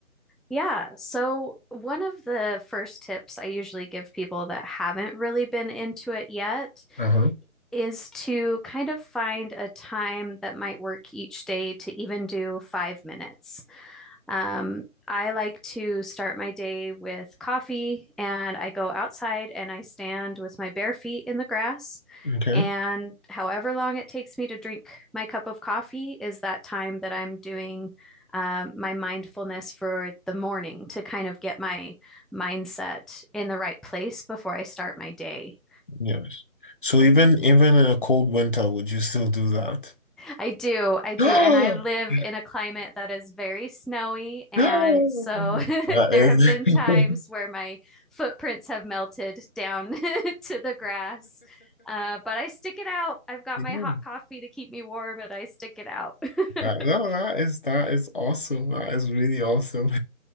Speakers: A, in the centre; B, on the left.
A: Yeah. So, one of the first tips I usually give people that haven't really been into it yet
B: Uh-huh.
A: is to kind of find a time that might work each day to even do five minutes. Um, I like to start my day with coffee and I go outside and I stand with my bare feet in the grass.
B: Okay.
A: And however long it takes me to drink my cup of coffee is that time that I'm doing um, my mindfulness for the morning to kind of get my mindset in the right place before I start my day.
B: Yes. So even even in a cold winter, would you still do that?
A: I do, I do.
B: <gasps>
A: And I live in a climate that is very snowy. And
B: That
A: so <laughs> there
B: is-
A: have been times where my footprints have melted down <laughs> to the grass. Uh, but I stick it out. I've got
B: <laughs> Yeah.
A: my hot coffee to keep me warm and I stick it out. <laughs>
B: That, no, that is that is awesome. That is really awesome.